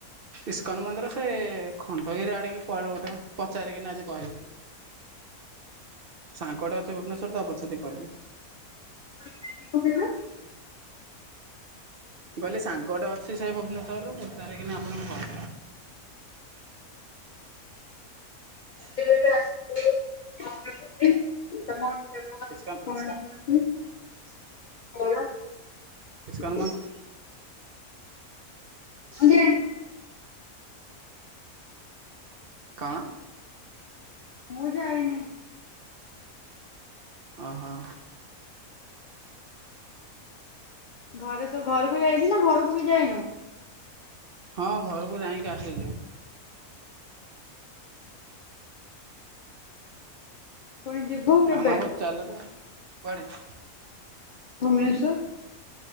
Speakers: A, on the right; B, on the left.
A: ଇସ୍କନ୍ ମନ୍ଦିର ସେ ଖଣ୍ଡଗିରି ଆଡେ କି କୁଆଡେ ଗୋଟେ ପଚାରିକିନି ଆଜି କହିବି। ସାଙ୍ଗଟେ ଅଛି ଭୁବନେଶ୍ୱରରେ ତାକୁ ପଚାରିକି କହିବି।
B: <inaudible>
A: ମୁଁ କହିଲି ସାଙ୍ଗଟେ ଅଛି ସେ ଭୁବନେଶ୍ୱରରୁ ପଚାରିକିନି ଆପଣଙ୍କୁ କହିବି।
B: <inaudible>
A: ଇସ୍କନ।
B: <inaudible>
A: ଇସ୍କନ
B: ମୁଁ
A: ମନ୍ଦି
B: ଜାଣି
A: କଣ?
B: ମୁଁ ଯାଇନି।
A: ଓ ହଁ।
B: ଘରେ ତୁ ଘରକୁ ଯାଇଚୁନା ଘରକୁ ବି ଯାଇନୁ?
A: ହଁ ଘରୁକୁ ଯାଇକି ଆସିଲି।
B: ପୁଣି ଯିବୁ କେବେ
A: ମାମା ପଚାରିଲା ଯେ କୁଆଡେ଼?
B: ଭୁବନେଶ୍ୱର।